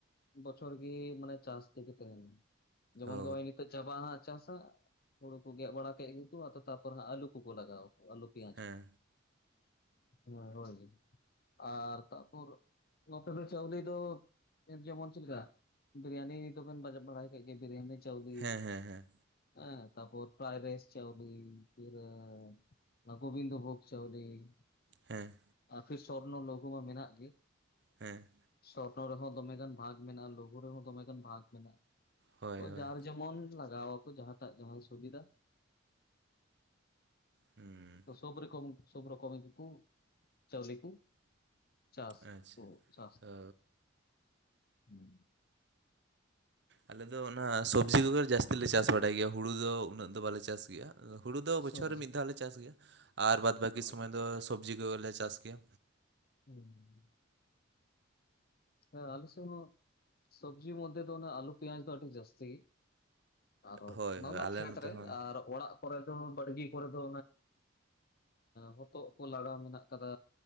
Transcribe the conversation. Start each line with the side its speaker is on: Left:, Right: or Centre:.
Left: ᱵᱚᱪᱚᱨ ᱜᱤ ᱢᱟᱱᱮ ᱪᱟᱥ ᱛᱤᱜᱤ ᱛᱟᱦᱮᱱᱟ ᱡᱮᱢᱚᱱ
Right: ᱚ
Left: ᱱᱚᱜ-ᱚᱭ ᱱᱤᱛᱚᱜ ᱪᱟᱵᱟᱜ ᱟᱦᱟᱸᱜ ᱪᱟᱥ ᱦᱟᱸᱜ ᱦᱩᱲᱩ ᱠᱚ ᱜᱮᱜ ᱵᱟᱲᱟ ᱠᱮᱜ ᱜᱮᱠᱚ ᱟᱫᱚ ᱛᱟᱯᱚᱨ ᱦᱟᱸᱜ ᱟᱹᱞᱩ ᱠᱚᱠᱚ ᱞᱟᱜᱟᱣᱟ ᱠᱚ ᱟᱹᱞᱩ ᱟᱹᱞᱩ ᱯᱮᱭᱟᱡᱽ
Right: ᱦᱮᱸ
Left: ᱠᱚ ᱦᱮᱸ ᱨᱚᱦᱚᱭ ᱜᱤ ᱟᱨ ᱛᱟᱯᱚᱨ ᱱᱚᱛᱮ ᱫᱚ ᱪᱟᱣᱞᱮ ᱫᱚ ᱡᱮᱢᱚᱱ ᱪᱮᱫ ᱞᱮᱠᱟ ᱵᱤᱨᱤᱭᱟᱱᱤ ᱫᱚᱵᱮᱱ ᱵᱟᱵᱟᱭ ᱠᱟᱜ ᱜᱮᱭᱟ ᱵᱤᱨᱤᱭᱟᱱᱤ ᱪᱟᱣᱞᱤ
Right: ᱦᱮᱸ ᱦᱮᱸ ᱦᱮᱸ
Left: ᱟᱸ ᱛᱟᱯᱚᱨ ᱯᱷᱨᱟᱭ ᱨᱮᱥ ᱪᱟᱣᱞᱤ ᱯᱷᱤᱨ <unintelligible> ᱜᱳᱵᱤᱱᱫᱽ ᱵᱷᱳᱜ ᱪᱟᱣᱰᱤ <unintelligible>
Right: ᱦᱮᱸ
Left: ᱟᱨ ᱯᱷᱤᱨ ᱥᱚᱨᱱᱚ ᱞᱚᱜᱩ ᱢᱟ ᱢᱮᱱᱟᱜ ᱜᱮ
Right: ᱦᱮᱸ
Left: ᱥᱚᱨᱱᱚ ᱨᱮᱦᱚᱸ ᱫᱚᱢᱮᱜᱟᱱ ᱵᱷᱟᱜᱽ ᱢᱮᱱᱟᱜᱼᱟ᱾ ᱞᱳᱜᱳ ᱨᱮᱦᱚᱸ ᱫᱚᱢᱮᱜᱟᱱ ᱵᱷᱟᱜᱽ ᱢᱮᱱᱟᱜᱼᱟ᱾
Right: ᱦᱳᱭ
Left: ᱛᱚ
Right: ᱦᱳᱭ
Left: ᱡᱟᱨᱮ ᱡᱮᱢᱚᱱ ᱞᱟᱜᱟᱣᱟᱠᱚ ᱡᱟᱦᱟᱸᱴᱟᱜ ᱡᱟᱦᱟᱸ ᱥᱩᱵᱤᱫᱷᱟ᱾ <inaudible>
Right: ᱦᱩᱸ
Left: ᱥᱚᱵᱽ ᱨᱮᱠᱚᱢ ᱥᱩᱵᱽ ᱨᱚᱠᱚᱢ ᱠᱚ ᱪᱟᱣᱞᱤ ᱠᱚ ᱪᱟᱥ
Right: ᱟᱪᱪᱷᱟ
Left: ᱠᱚ ᱪᱟᱥ
Right: ᱚ
Left: ᱦᱮᱸ
Right: ᱟᱞᱮ ᱫᱚ ᱚᱱᱟ ᱥᱚᱵᱽᱡᱤ ᱠᱚᱜᱮ ᱡᱟᱹᱥᱛᱤ ᱞᱮ ᱪᱟᱥ ᱵᱟᱲᱟᱭ ᱜᱮᱭᱟ ᱦᱩᱲᱩ ᱫᱚ ᱩᱱᱟᱹᱜ ᱫᱚ ᱵᱟᱞᱮ ᱪᱟᱥ ᱜᱮᱭᱟ ᱦᱩᱲᱩ ᱫᱚ ᱵᱚᱪᱷᱚᱨ
Left: ᱥᱚᱵᱽᱡᱤ
Right: ᱨᱮ ᱢᱤᱫ ᱫᱷᱟᱣ ᱞᱮ ᱪᱟᱥ ᱜᱮᱭᱟ ᱟᱨ ᱵᱟᱫᱽ ᱵᱟᱹᱠᱤ
Left: ᱦᱮᱸ
Right: ᱥᱚᱢᱚᱭ ᱫᱚ ᱥᱚᱵᱽᱡᱤ ᱠᱚᱜᱮᱞᱮ ᱪᱟᱥ ᱜᱮᱭᱟ᱾
Left: ᱦᱩᱸ ᱦᱮᱸ ᱟᱞᱮ ᱥᱮᱫ ᱥᱚᱵᱽᱡᱤ ᱢᱚᱫᱽᱫᱷᱮ ᱫᱚ ᱟᱞᱩ ᱯᱮᱸᱭᱟᱡᱽ ᱫᱚ ᱟᱹᱰᱤ ᱡᱟᱹᱥᱛᱤ ᱜᱮ ᱟᱨᱚ
Right: ᱦᱳᱭ
Left: ᱚᱱᱟ
Right: ᱦᱳᱭ
Left: ᱢᱟ
Right: ᱟᱞᱮ
Left: ᱠᱷᱮᱛᱨᱮ
Right: ᱱᱚᱛᱮ ᱦᱚᱸ
Left: ᱟᱨ ᱚᱲᱟᱜ ᱠᱚᱨᱮ ᱫᱚ ᱵᱟᱲᱜᱮ ᱠᱚᱨᱮ ᱫᱚ ᱦᱚᱛᱚᱫ ᱠᱚ ᱞᱟᱲᱟᱣ ᱢᱮᱱᱟᱜ ᱟᱠᱟᱫᱟ